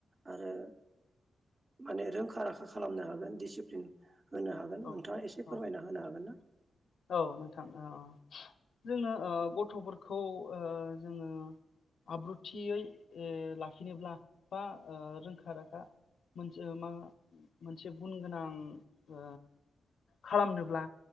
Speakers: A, on the right (about 35°); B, on the left (about 70°).
A: आरो माने रोंखा राखा खालामनो हागोन दिसिप्लिन होनो हागोन
B: औ
A: नोंथाङा एसे
B: औ
A: फोरमायना होनो हागोनना?
B: औ नोंथां औ जोङो ओ गथ'फोरखौ ओ जोङो आब्रुथियै ओ लाखिनोब्ला बा ओ रोंखा राखा मोनसे मा मोनसे गुन गोनां ओ खालामनोब्ला